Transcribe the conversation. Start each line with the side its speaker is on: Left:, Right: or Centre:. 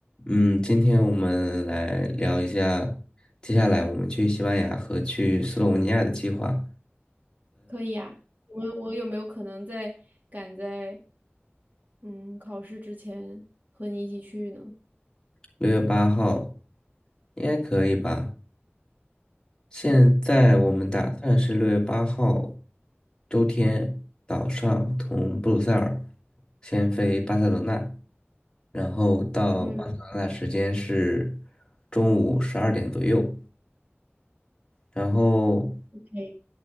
Left: 嗯，今天我们来聊一下，接下来我们去西班牙和去斯洛文尼亚的计划，
Right: 可以呀、我我有没有可能在赶在嗯考试之前和你一起去呢？
Left: 六月八号应该可以吧？现在我们打算是六月八号
Right: 嗯
Left: 周天早上从布鲁塞尔先飞巴塞罗那，然后到巴塞罗那时间是
Right: 嗯，
Left: 中午十二点左右，然后
Right: 可以。